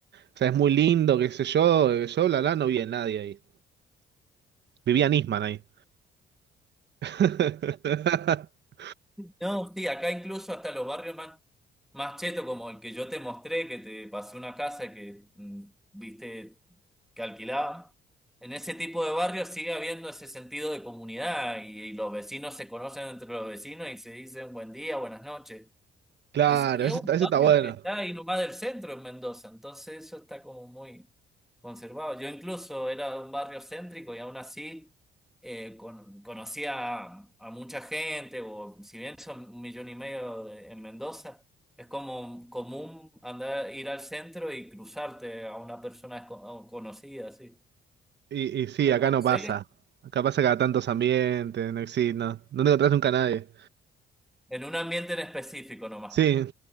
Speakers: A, on the right (about 60°); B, in the centre.
A: O sea, es muy lindo, qué sé yo, eh, yo, la la, no vi a nadie ahí. Vivía Nisman ahí. <laughs>
B: No, sí, acá incluso hasta los barrios más, más chetos, como el que yo te mostré, que te pasé una casa que mm, viste que alquilaban. En ese tipo de barrios sigue habiendo ese sentido de comunidad y, y los vecinos se conocen entre los vecinos y se dicen buen día, buenas noches.
A: Claro,
B: Es que
A: eso
B: es un
A: está, eso
B: barrio
A: está bueno.
B: que está ahí nomás del centro en Mendoza, entonces eso está como muy conservado. Yo incluso era de un barrio céntrico y aún así eh, con- conocía a, a mucha gente, o si bien son un millón y medio de- en Mendoza, es como común andar, ir al centro y cruzarte a una persona esco- a un conocida, así.
A: Y, y sí,
B: En
A: acá
B: Buenos
A: no pasa.
B: Aires,
A: Acá pasa cada tantos ambientes, no existe, no, no te encontrás nunca a nadie.
B: en un ambiente en específico nomás.
A: Sí,